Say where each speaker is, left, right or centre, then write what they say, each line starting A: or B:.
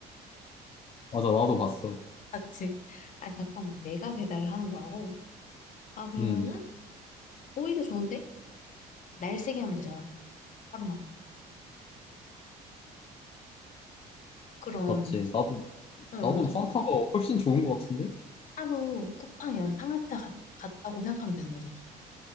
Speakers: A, on the left (about 35°); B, on the left (about 50°).
A: 맞아. 나도 봤어.
B: 맞지? 아니 잠깐만 내가 배달을 하는 거라고? 아 그러면은
A: 음,
B: 오히려 좋은데? 날 세게 하면 되잖아. 하루만. 그럼
A: 맞지. 나도,
B: 어, 어.
A: 나도 산타가 훨씬 좋은 것 같은데?
B: 하루 쿠팡이랑 상하차 같, 같다고 생각하면 되는 거잖아.